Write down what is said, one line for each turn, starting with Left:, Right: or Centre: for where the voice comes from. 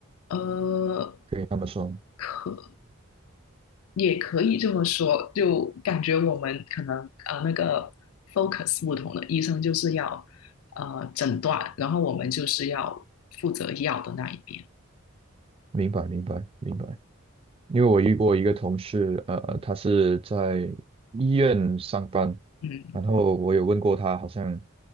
Left: 呃，
Right: 可以那么说。
Left: 可。也可以这么说，就感觉我们可能呃那个 focus 不同的，医生就是要呃诊断，然后我们就是要负责药的那一边。
Right: 明白，明白，明白。因为我遇过一个同事，呃，他是在医院上班，
Left: 嗯
Right: 然后我有问过他，好像。